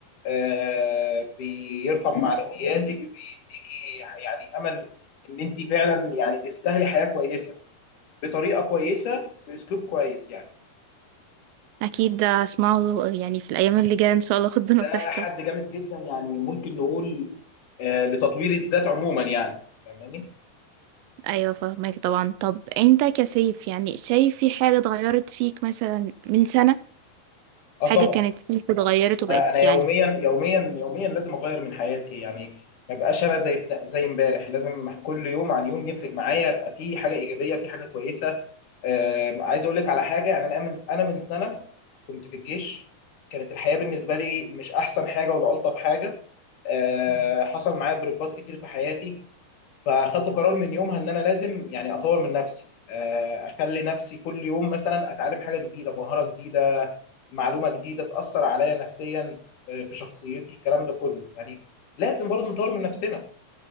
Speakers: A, on the left; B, on the right.
A: آه، بيرفع معنوياتك ليكي يعني امل ان انت فعلا يعني تستاهلي حياه كويسه بطريقه كويسه باسلوب كويس يعني
B: أكيد ده هسمعه يعني في الأيام اللي جاية إن شاء الله خد بنصيحتك
A: ده حد جامد جدا يعني ممكن نقول آه، لتطوير الذات عموما يعني فاهماني؟
B: ايوه فاهمك طبعا طب انت كسيف يعني شايف في حاجة اتغيرت فيك مثلا من سنة
A: اه
B: حاجة
A: طبعا
B: كانت فيك اتغيرت وبقت
A: انا انا يوميا
B: يعني
A: يوميا يوميا لازم اغير من حياتي يعني ما بقاش انا زي بتا... زي امبارح لازم كل يوم عن يوم يفرق معايا يبقى في حاجه ايجابيه في حاجه كويسه آه عايز اقول لك على حاجه يعني انا من انا من سنه كنت في الجيش كانت الحياه بالنسبه لي مش احسن حاجه ولا الطف حاجه آه حصل معايا ضربات كتير في حياتي فاخدت قرار من يومها ان انا لازم يعني اطور من نفسي آه، اخلي نفسي كل يوم مثلا اتعلم حاجه جديده مهاره جديده معلومه جديده تاثر عليا نفسيا آه، في شخصيتي الكلام ده كله يعني لازم برضو نطور من نفسنا